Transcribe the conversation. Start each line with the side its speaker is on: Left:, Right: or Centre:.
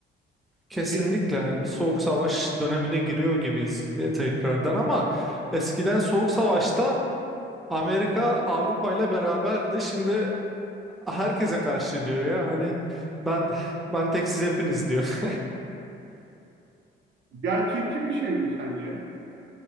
Centre: kesinlikle
Right: ne diyorsun?
Centre: yani bir soğuk savaş dönemine giriyor gibiyiz ya tekrardan ama eskiden soğuk savaşta Amerika Avrupa ile beraberdi. Şimdi herkese karşı diyor ya hani ben ben tek siz hepiniz diyor.
Right: Gerçekçi bir şey mi sence?